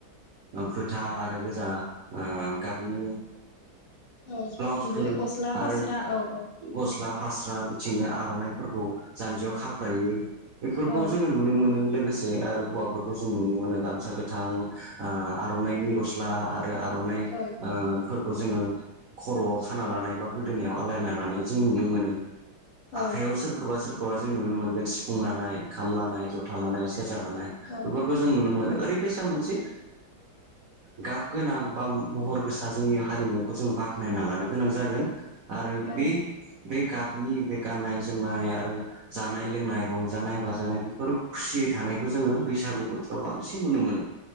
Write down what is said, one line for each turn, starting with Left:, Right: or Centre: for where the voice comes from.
Right: फोथा आरो गोजा गाबनि
Left: औ
Right: ब्लाउसफोर
Left: बिदिनो गस्ला
Right: आरो
Left: फासरा औ औ।
Right: गस्ला फास्रा बिथिंनो आर'नाइफोरखौ जान्जियाव खाफ्र्रायो बेफोरखौ
Left: औ
Right: जोङो नुनो मोनो लोगोसे आरो हौवाफोरखौ जों नुनो मोनो गामसा गोथां आर'नाइनि। सिख्ला आरो आर'नाइ।
Left: औ
Right: फोरखौ जोङो खर'आव खाना लानाय बा गोदोनायाव आलायना लानाय जों नुनो मोनो। आखाइयाव
Left: औ
Right: सोरखौबा सोरखौबा जों नुनो मोनगोन सिफुं लानाय खाम लानाय जथा लानाय सेरजा लानाय।
Left: औ
Right: खौ जों नुनो मोनो ओरैबायसा मोनसे। गाब गोनां बा महर गोसा जोंनि हारिमुखौ जों बाख्नायना लानो गोनां जागोन। आरो
Left: औ
Right: बे बे गाबनि बे गाननाय जोमनाय आरो। जानाय लोंनाय रंजानाय बाजानाय बेफोर खुसियै थानायखौ जोङो बैसागु बोथोराव बांसिन नुनो मोनो